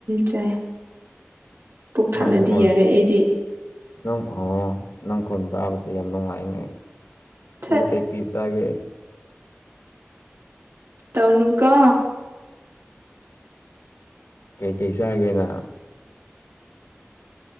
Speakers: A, on the right; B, on the left.
A: ꯆꯥꯏ ꯄꯨꯛ ꯊꯜꯂꯗꯤ
B: ꯅꯣꯡꯈꯣꯜ
A: ꯌꯥꯔꯦ ꯑꯩꯗꯤ
B: ꯅꯪ ꯑꯣ ꯅꯪ ꯈꯣꯟ ꯇꯥꯕꯁꯦ ꯌꯥꯝ ꯅꯨꯡꯉꯥꯏꯅꯦ
A: ꯊꯠ
B: ꯅꯪ ꯀꯩ ꯆ ꯀꯁꯥꯦ
A: ꯇꯧꯅꯨꯀꯥ
B: ꯀꯩꯀꯩ ꯆꯥꯒꯦꯅ